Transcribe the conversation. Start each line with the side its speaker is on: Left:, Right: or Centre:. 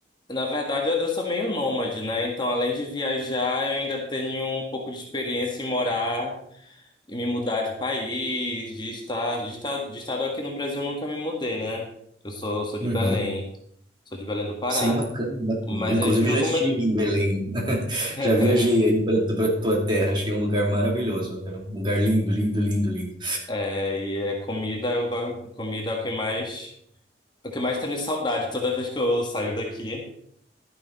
Left: Na verdade, eu eu sou meio nômade, né? Então, além de viajar, eu ainda tenho um pouco de experiência em morar e me mudar de país, de estado. De estado, de estado aqui no Brasil eu nunca me mudei, né? Eu sou, sou de
Right: Uhum.
Left: Belém. Sou de Belém do Pará.
Right: Sim, bacana, bacana.
Left: Mas
Right: Inclusive
Left: eu tive
Right: já
Left: alguma.
Right: estive em Belém. <laughs>
Left: <laughs>
Right: Já viajei aí para para tua terra, achei um lugar maravilhoso. É um lugar lindo, lindo, lindo, lindo.
Left: É, e é comida, eu, go- comida é o que mais. é O que mais tenho saudade toda vez que eu saio daqui.